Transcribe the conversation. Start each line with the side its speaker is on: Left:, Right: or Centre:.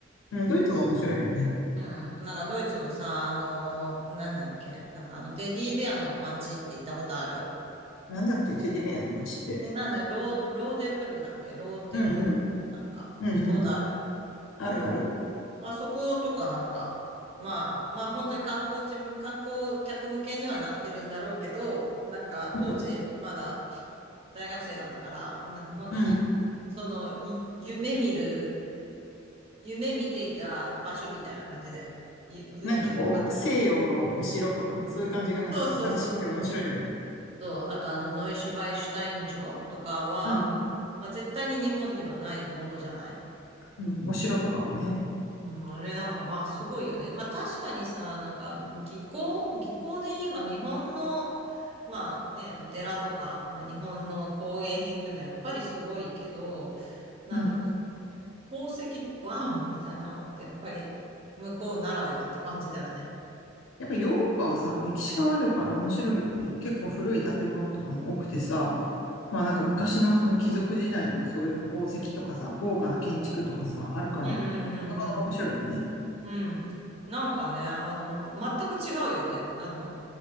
Left: うん、ドイツも面白いよね。
Right: うん。なんかドイツのさ、あの、なんだっけ、なんかあのテディベアの街って行ったことある
Left: なんだっけ、テディベアの街って。
Right: なんだ、ロー、ローデンブルグだっけローテンブルグなんか、
Left: うんうん、うんうん、
Right: 行ったことある
Left: あるある。
Right: あそことかなんか、まあ、まあ本当に観光地む、観光客向けにはなってるんだろうけど、なんか当時まだ
Left: う
Right: 大学生だったから、なんか本当に、
Left: ん、うん。
Right: その、い夢見る、夢見ていた場所みたいな感じで、い雰囲気は良かったけど。
Left: なんかこう、西洋のお城とかね、そういう感じがなんか新しくて面白いよね。
Right: そうそうそうそう。そう、あとあの、ノイシュバイシュタイン城とかは、
Left: うんうん、
Right: まあ絶対に日本にはないものじゃない
Left: うん、お城とかはね。
Right: うん、あれなんかまあすごいよね。まあ確かにさ、なんか技巧技巧で言えば日本の、まあね、お寺とか、まあ日本の工芸品っていうのはやっぱりすごいけど、なんだろう、
Left: うん、うん。
Right: その宝石バンみたいなのってやっぱり向こうならではって感じだよね。
Left: やっぱヨーロッパはさ、歴史があるから面白いよね。結構古い建物とかも多くてさ、まあなんか昔のその貴族時代のそういう宝石とかさ、豪華な建築とかさ、あるから、
Right: うんう
Left: なかなか面白いよね。
Right: んうんうん。うん。なんかね、あの、全く違うよね。あの、